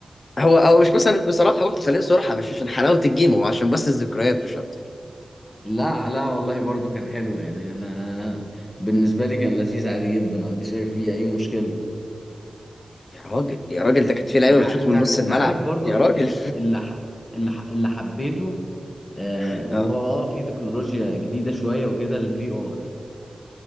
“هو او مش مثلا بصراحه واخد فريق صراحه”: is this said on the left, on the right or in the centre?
Left